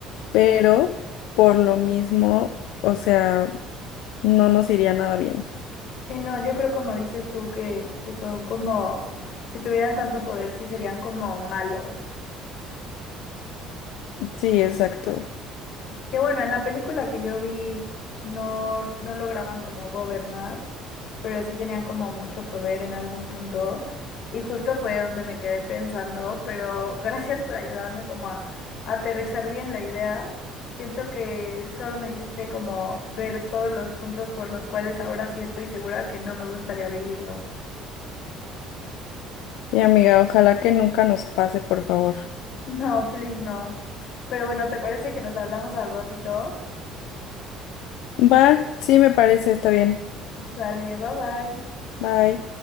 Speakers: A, on the left; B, on the left.
A: pero por lo mismo, o sea, no nos iría nada bien.
B: Y no, yo creo como dices tú que, que son como, si tuvieran tanto poder, sí serían como malos.
A: Sí, exacto.
B: Que bueno, en la película que yo vi no, no lograban como gobernar, pero sí tenían como mucho poder en algún punto. Y justo fue donde me quedé pensando, pero <laughs> gracias por ayudarme como a, a aterrizar bien la idea. Siento que solo me hiciste como ver todos los puntos por los cuales ahora sí estoy segura que no me gustaría vivirlo. <laughs>
A: Y amiga, ojalá que nunca nos pase, por favor.
B: No, please no. Pero bueno, ¿te parece que nos hablamos al ratito?
A: Va, sí me parece, está bien.
B: Sale, bye bye.
A: Bye.